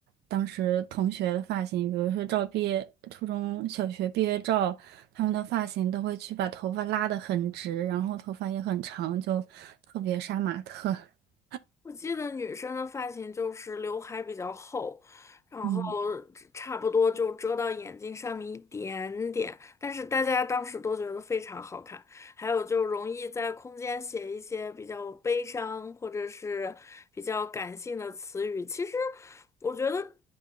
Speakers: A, on the right; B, on the left.
A: 当时同学的发型，比如说照毕业初中小学毕业照，他们的发型都会去把头发拉得很直，然后头发也很长，就特别杀马特。<laughs>
B: 我记得女生的发型就是刘海比较厚，然后
A: 嗯，
B: 差不多就遮到眼睛上面一点点，但是大家当时都觉得非常好看。还有就容易在空间写一些比较悲伤或者是比较感性的词语，其实我觉得。